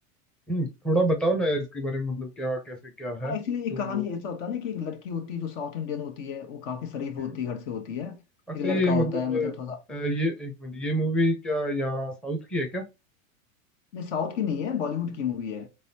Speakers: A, in the centre; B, on the left.
A: हम्म, थोड़ा बताओ ना यार इसके बारे में मतलब क्या कैसे क्या है
B: हाँ
A: तो
B: एक्चुअली ये कहानी ऐसा होता है ना कि एक लड़की होती है जो साउथ इंडियन होती है वो काफी शरीफ होती
A: हम्म,
B: है घर से होती है
A: अच्छा
B: एक लड़का
A: ये
B: होता
A: मतलब
B: है मतलब थोड़ा
A: अ, ये एक मिनट ये मूवी क्या यहाँ साउथ की है क्या
B: नहीं साउथ की नहीं है बॉलीवुड की मूवी है